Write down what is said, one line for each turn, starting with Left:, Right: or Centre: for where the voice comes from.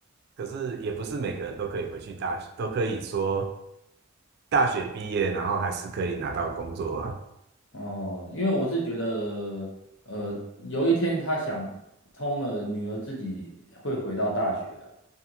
Right: 可是也不是每个人都可以回去大学，都可以说大学毕业然后还是可以拿到工作啊。
Left: 哦，因为我是觉得，呃，有一天他想通了，女儿自己会回到大学啊。